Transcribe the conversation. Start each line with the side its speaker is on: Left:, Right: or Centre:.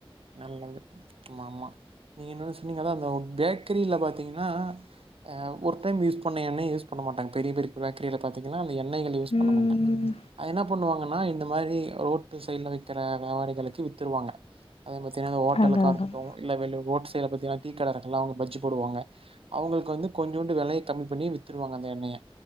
Right: நல்லது ஆமா ஆமா நீங்க இன்னோனு சொன்னீங்க அதா அந்த பேக்கரில பாத்தீங்கன்னா அ ஒரு டைம் யூஸ் பண்ண எண்ணைய யூஸ் பண்ண மாட்டாங்க பெரிய பெரிய பேக்கரில பாத்தீங்கன்னா அந்த எண்ணெய யூஸ் பண்ண
Left: ம்.
Right: மாட்டாங்க அ என்ன பண்ணுவாங்கன்னா இந்த மாரி ரோட் ட்டு சைடில வக்கிற வியாபாரிகளுக்கு வித்துருவாங்க அதே பத்தின இந்த ஓட்டலுக்கா
Left: அதான் அதான்.
Right: இருக்கட்டு இல்ல வெளி ஓட்சைட்ல பாத்தீங்கன்னா டீ கடை இருக்குல்ல அவுங்க பஜ்ஜி போடுவாங்க அவுங்களுக்கு வந்து கொஞ்சோண்டு விலய கம்மி பண்ணி வித்துருவாங்க அந்த எண்ணெய